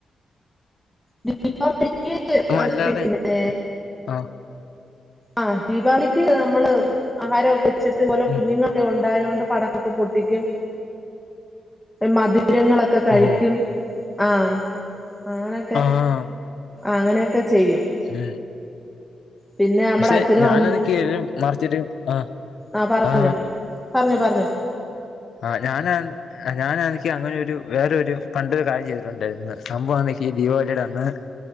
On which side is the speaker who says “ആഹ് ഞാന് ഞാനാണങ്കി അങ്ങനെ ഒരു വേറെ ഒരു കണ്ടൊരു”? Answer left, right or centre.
Left